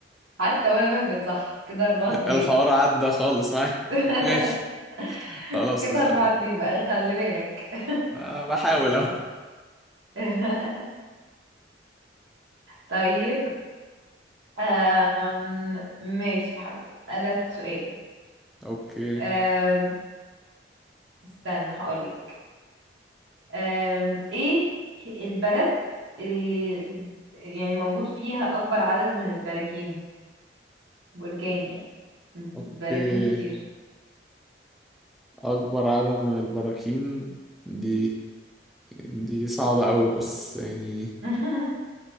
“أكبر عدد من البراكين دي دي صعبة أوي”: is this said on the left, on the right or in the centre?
Centre